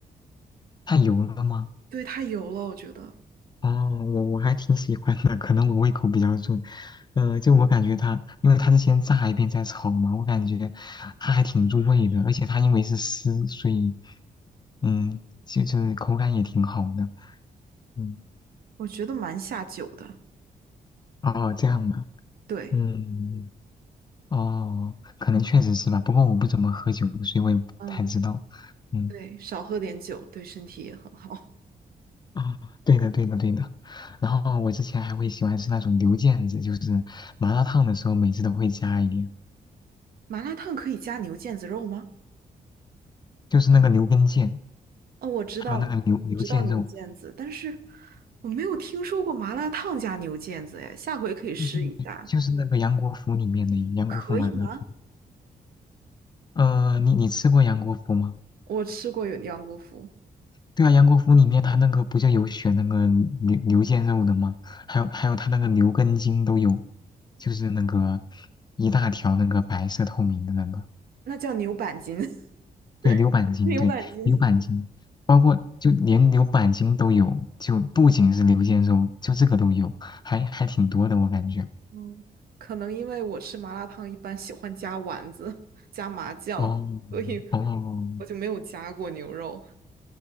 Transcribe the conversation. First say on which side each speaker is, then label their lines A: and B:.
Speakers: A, on the left; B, on the right.
A: 太油了吗？
B: 对，太油了，我觉得，
A: 哦，我我还挺喜欢的，可能我胃口比较重。嗯，就我感觉它，因为它是先炸一遍再炒嘛，我感觉它还挺入味的，而且它因为是丝，所以嗯，就就是口感也挺好的。嗯，
B: 我觉得蛮下酒的。
A: 哦，这样的，
B: 对，
A: 嗯，哦，可能确实是吧，不过我不怎么喝酒，所以我也不太知道。
B: 嗯，
A: 嗯，
B: 对，少喝点酒对身体也很好。
A: 哦，对的，对的，对的。然后我之前还会喜欢吃那种牛腱子，就是麻辣烫的时候每次都会加一点，
B: <laughs> 麻辣烫可以加牛腱子肉吗？
A: 就是那个牛根腱。
B: 哦，我知道，
A: 还有那个牛牛腱肉，
B: 知道牛腱子，但是我没有听说过麻辣烫加牛腱子，哎，下回可以试一下，
A: 就是就是那个杨国福里面的杨国福麻辣烫。
B: 可以吗？
A: 呃，你你吃过杨国福吗？
B: 我吃过有杨国福，
A: 对啊，杨国福里面他那个不就有选那个牛牛腱肉的吗？还有还有他那个牛根筋都有，就是那个一大条那个白色透明的那个，
B: 那叫牛板筋，<laughs>
A: 对，牛板筋，
B: 牛板筋。
A: 对，牛板筋，包括就连牛板筋都有，就不仅是牛腱肉，就这个都有，还还挺多的我感觉。
B: 嗯，可能因为我吃麻辣烫一般喜欢加丸子、加麻酱，
A: 哦
B: 所以
A: 哦。
B: 我就没有加过牛肉。